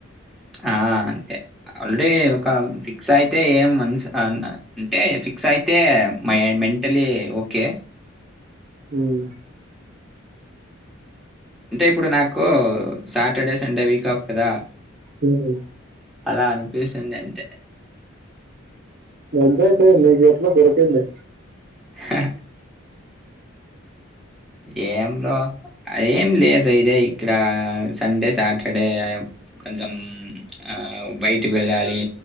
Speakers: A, in the centre; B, on the right (about 50°).
A: ఆ అంతే. ఆల్రెడీ, ఒక ఫిక్స్, అయితే, ఏం మన్స్ ఆన్ అ, అంటే, ఫిక్స్, అయితే, మై మే. Mentally okay.
B: ఉమ్.
A: అంటే, ఇప్పుడు, నాకూ, సాటర్డే, సండే, వీక్ కాఫ్, కదా.
B: ఉమ్.
A: అలా అనిపిసుంది అంతే.
B: ఎజాయ్ చేయ్ నీకెట్లా దొరికింది.
A: హి హి ఎమ్ బ్రో, అయి ఎం లేదు ఇదే ఇక్క డా, సండే, సాటర్డే ఐ యా మ్. కొంచం, ఆ బయటి వెళ్ళాలి,